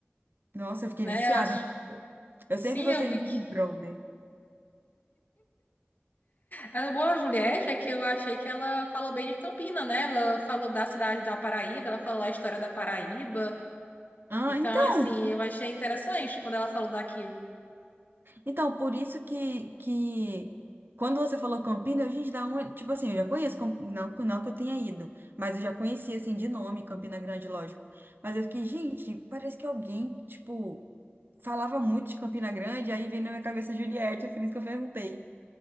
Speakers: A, on the right; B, on the left.
A: Nossa, eu fiquei
B: né?
A: viciada.
B: Eu acho
A: Eu sempre
B: Sim,
A: gostei
B: eu vi
A: de
B: que.
A: Big Brother.
B: A boa Juliette é que eu achei que ela falou bem de Campina, né? Ela falou da cidade da Paraíba, ela falou a história da Paraíba.
A: Ah,
B: Então,
A: então.
B: assim, eu achei interessante quando ela falou daqui
A: Então, por isso que, que quando você falou Campina, eu, gente, da onde? Tipo assim, eu já conheço, Camp- não, que- não que eu tenha ido, mas eu já conhecia, assim, de nome, Campina Grande, lógico. Mas eu fiquei, gente, parece que alguém, tipo, falava muito de Campina Grande, aí veio na minha cabeça Juliette, foi isso que eu perguntei.